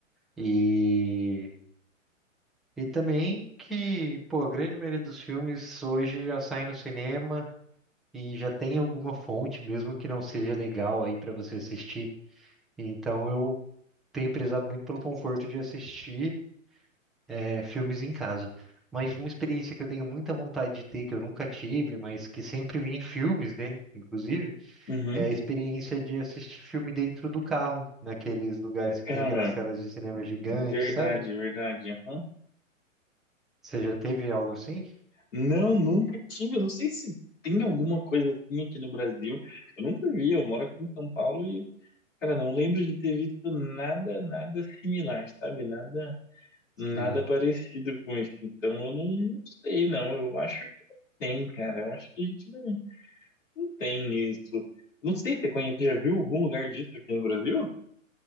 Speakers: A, in the centre; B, on the left.
A: E, e também que, pô, a grande maioria dos filmes hoje já saem no cinema e já tem alguma fonte, mesmo que não seja legal aí pra você assistir. Então eu tenho prezado muito pelo conforto de assistir eh, filmes em casa. Mas uma experiência que eu tenho muita vontade de ter, que eu nunca tive, mas que sempre vi em filmes, né? Inclusive,
B: Uhum.
A: é a experiência de assistir filme dentro do carro, naqueles lugares que
B: Cara.
A: tem aquelas telas de cinema gigantes,
B: Verdade,
A: sabe?
B: verdade. aham.
A: Você já teve algo assim?
B: Não, nunca tive. Eu não sei se tem alguma coisa assim aqui no Brasil. Eu nunca vi. Eu moro aqui em São Paulo e, cara, não lembro de ter visto nada, nada similar, sabe? Nada,
A: Sim.
B: nada parecido com isso. Então, eu não sei, não. Eu acho que não tem, cara. Eu acho que a gente não, não tem isso. Não sei, você conhece, já viu algum lugar disso aqui no Brasil?